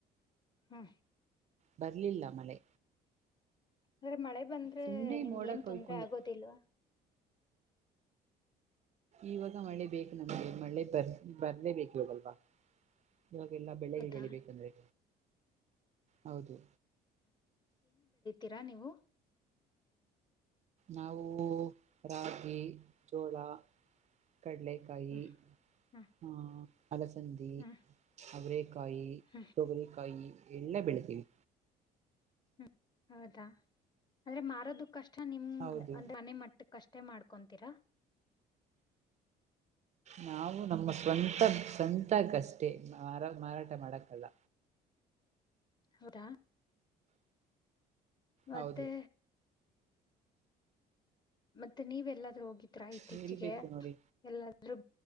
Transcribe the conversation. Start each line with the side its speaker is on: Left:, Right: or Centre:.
Left: ಹಾ
Right: ಬರ್ಲಿಲ್ಲ ಮಳೆ
Left: ಅ್ರೆ ಮಳೆ ಬಂದ್ರೆ
Right: ಸುಮ್ನೆ
Left: ನಿಮ್ಗೆ
Right: ಮೋಡ
Left: ಏನ್
Right: ಕೊಯ್ಕೊಂಡಿತ್ತು
Left: ತೊಂದ್ರೆ ಆಗೋದಿಲ್ವಾ
Right: ಇವಾಗ ಮಳೆ ಬೇಕು ನಮಗೆ ಮಳೆ ಬರ್ ಬರ್ಲೇ ಬೇಕ ಇವಾಗಲ್ವಾ ಇವಾಗಲ್ಲ ಬೆಳ
Left: ಹೌದಾ
Right: ಬೆಳಿಬೇಕಂದ್ರೆ ಹೌದು
Left: ೀರಾ ನೀವು
Right: ನಾವು ರಾಗಿ ಜೋಳ ಕಡಲೆಕಾಯಿ
Left: ಹ್ಮ್ ಹ್ಮ್
Right: ಹಾ ಅಲಸಂದಿ
Left: ಹ್ಮ್
Right: ಅಬ್ರೇಕಾಯಿ
Left: ಹ್ಮ್
Right: ತೊಬರಿಕಾಯಿ ಎಲ್ಲ ಬೆಳತೀವಿ
Left: ಹ್ಮ್ ಹೌದಾ ಅಂದ್ರೆ ಮಾರೋದು ಕಷ್ಟ ನಿಮ
Right: ಹೌದು
Left: ಅಂದ್ರೆ ಮನೆ ಮಟ್ಟ ಕಷ್ಟೇ ಮಾಡ್ಕೊತೀರಾ
Right: ನಾವು ನಮ್ಮ ಸ್ವಂತ ಸ್ವಂತಕ್ಕಷ್ಟೇ ಮಾರಾ ಮಾರಾಟ ಮಾಡಕ್ಕಲ್ಲ
Left: ಹೌದಾ ಮತ್ತೆ
Right: ಹೌದು
Left: ಮತ್ತೆ ನೀವೆ ಎಲ್ಲಾದ್ೂ ಹೋಗಿದ್ರಾ ಇತ್ತೀಚಿಗೆ
Right: ಹೇಳ್ಬೇಕು ನೋಡಿ
Left: ಎಲ್ಲಾದ್ರೂ